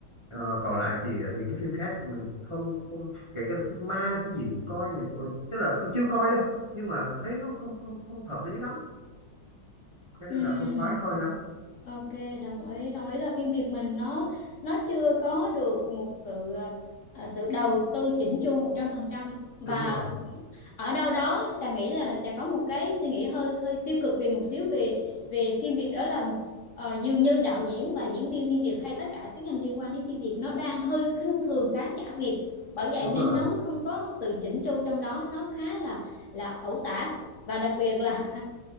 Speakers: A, on the right; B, on the left.
A: Ờ, còn lại thì ờ, những cái phim khác mình không không kể cả là phim ma phim gì mình coi mình coi, tức là chưa coi đâu nhưng mà thấy nó không không không hợp lý lắm Thế nên
B: ừm,
A: là không khoái coi lắm
B: Ok, đồng ý. Đồng ý là phim Việt mình nó nó chưa có được một sự à, sự đầu tư chỉnh chu 100% và
A: đúng rồi
B: ở đâu đó Trà nghĩ là Trà có một cái suy nghĩ hơi hơi tiêu cực về một xíu về về phim Việt đó là ờ, dường như đạo diễn và diễn viên phim Việt hay tất cả các ngành liên quan đến phim Việt nó đang hơi khinh thường khán giả Việt. Bởi vậy
A: đúng
B: nên
A: rồi
B: nó mới không có một sự chỉnh chu trong đó, nó khá là là ẩu tả và đặc biệt là